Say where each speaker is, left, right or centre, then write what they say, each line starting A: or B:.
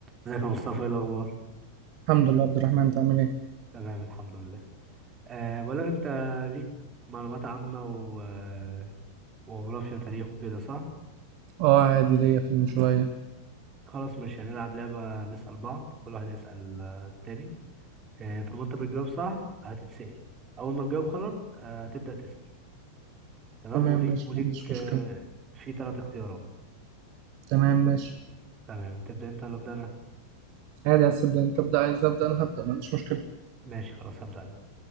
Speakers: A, on the right; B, on the right.
A: ازيك يا مصطفى ايه الاخبار
B: الحمد لله عبد الرحمن انت عامل ايه؟
A: تمام الحمد لله أه بقول لك انت ليك معلومات عامه و... آه، وجغرافيا وتاريخ وكده صح
B: اه عادي ليا فيلم شوية
A: خلاص مش هنلعب لعبه نسال بعض كل واحد يسال آه، التاني أه طب ما انت بتجاوب صح هتتسال اول ما تجاوب غلط آه، هتبدا تسال تمام
B: تمام
A: وليك
B: ماشي
A: وليك
B: ما عنديش
A: أه
B: مشكلة
A: في ثلاث اختيارات
B: تمام ماشي
A: تمام تبدا انت ولا ابدا انا
B: عادي عايز تبدأ انت تبدأ عايز ابدأ انا هبدأ ما عنديش مشكلة
A: ماشي خلاص هبدا انا